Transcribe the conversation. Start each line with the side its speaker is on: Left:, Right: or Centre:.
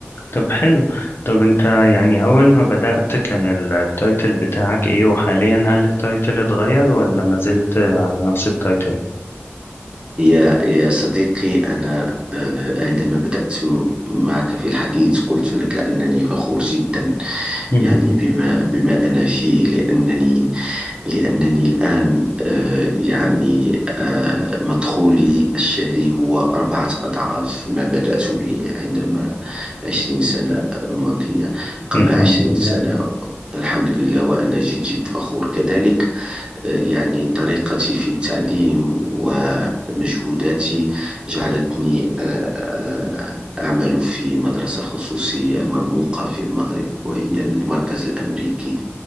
Left: طب حلو طب أنت يعني أول ما بدأت كان التايتل بتاعك إيه وحاليا هل التايتل اتغير ولا ما زلت على نفس التايتل؟
Right: يا يا صديقي أنا آه، عندما بدأت معك في الحديث قلت لك أنني فخور جدا
Left: مهم.
Right: يعني بما بما أنا فيه لأنني لأنني الآن آه، يعني آه، مدخولي الشهري هو أربعة أضعاف ما بدأت به عندما عشرين سنة الماضية قبل
Left: الحمد
Right: عشرين
Left: لله
Right: سنة الحمد لله وأنا جد جد فخور كذلك يعني طريقتي في التعليم ومجهوداتي جعلتني آه، آه، أعمل في مدرسة خصوصية مرموقة في المغرب وهي المركز الأمريكي